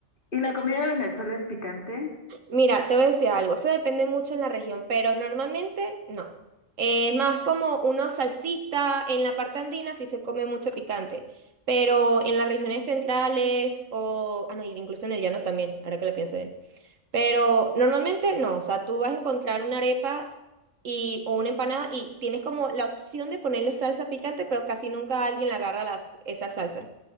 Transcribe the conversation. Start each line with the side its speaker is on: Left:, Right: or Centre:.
Left: y la comida de Venezuela es picante.
Right: Mira, te voy a decir algo, eso depende mucho en la región, pero normalmente no. Es más como una salsita, en la parte andina sí se come mucho picante, pero en las regiones centrales o, ah no, incluso en el llano también, ahora que lo pienso bien. Pero normalmente no, o sea, tú vas a encontrar una arepa y, o una empanada y tienes como la opción de ponerle salsa picante, pero casi nunca alguien le agarra las, esa salsa,